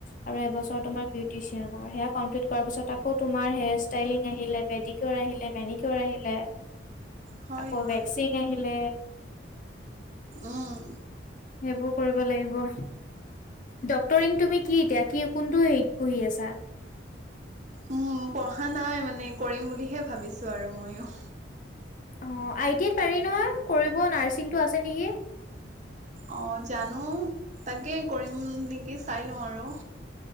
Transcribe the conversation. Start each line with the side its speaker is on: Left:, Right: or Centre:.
Left: আৰু এবছৰ তোম মাৰ বিউটিচিয়ানৰ সেয়া কমপ্লিট কৰাৰ পিছত আকৌ তোমাৰ হেয়াৰ ষ্টাইলিং আহিলে, পেদি কিউৰ আহিলে, মেনিকিউৰ আহিলে
Right: হয়
Left: আকৌ
Right: হয়
Left: ভেক্সিং আহিলে।
Right: উম।
Left: সেইবোৰ কৰিব লাগিব। ডক্তৰিং তুমি কি এতিয়া কি কোনটো হেৰিত পঢ়ি আছা?
Right: উম, পঢ়া নাই মানে কৰিম বুলিহে ভাবিছো আৰু ময়ো।
Left: অ আই টি আইত পাৰি নহয় কৰিব নাৰ্ছিংটো আছে নেকি।
Right: অ জানো তাকে কৰিম নেকি চাই লওঁ আৰু।